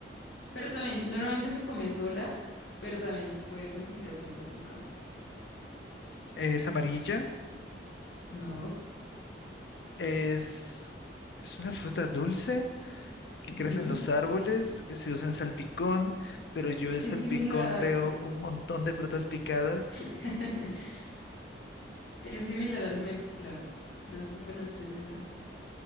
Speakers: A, on the left; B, on the left.
A: Pero también, normalmente se come sola, pero también se puede conseguir así en salpicón.
B: Es amarilla,
A: No.
B: es, es una fruta dulce que
A: Ujú.
B: crece en los árboles, que se usa en salpicón, pero yo del
A: Es
B: salpicón
A: similar,
B: veo un montón de frutas picadas.
A: <laughs> es similar al melón. No sé si conoces el melón.